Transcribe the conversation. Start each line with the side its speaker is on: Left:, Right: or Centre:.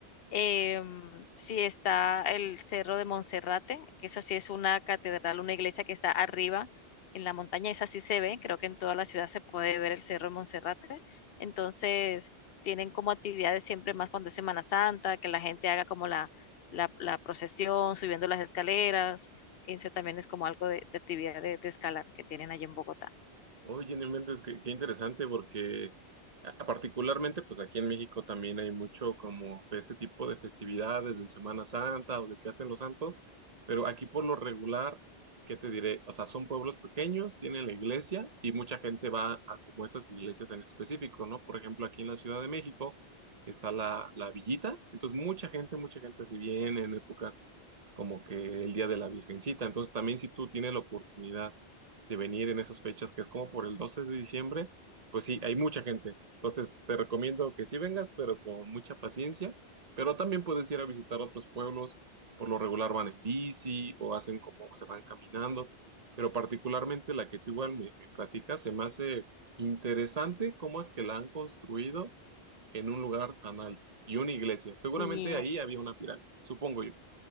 Left: Em, sí está el Cerro de Monserrate, que eso sí es una catedral, una iglesia que está arriba en la montaña, esa sí se ve, creo que en toda la ciudad se puede ver el Cerro de Monserrate. Entonces, tienen como actividades siempre más cuando es Semana Santa, que la gente haga como la, la, la procesión, subiendo las escaleras. Eso también es como algo de, de actividad de, de escalar que tienen allí en Bogotá.
Right: Oye, no inventes, qué, qué interesante, porque a- a particularmente, pues aquí en México también hay mucho como de ese tipo de festividades, en Semana Santa o de qué hacen los santos, pero aquí por lo regular, ¿qué te diré? O sea, son pueblos pequeños, tienen la iglesia y mucha gente va a como esas iglesias en específico, ¿no? Por ejemplo, aquí en la Ciudad de México está la, la Villita, entonces mucha gente, mucha gente si viene en épocas como que el Día de la Virgencita, entonces también si tú tienes la oportunidad de venir en esas fechas, que es como por el 12 de diciembre, pues sí, hay mucha gente. Entonces te recomiendo que sí vengas, pero con mucha paciencia. Pero también puedes ir a visitar otros pueblos. Por lo regular van en bici o hacen como o se van caminando. Pero particularmente la que tú igual me, me platicas, se me hace interesante cómo es que la han construido en un lugar tan alto y una iglesia. Seguramente
Left: Y
Right: ahí había una pirámide, supongo yo.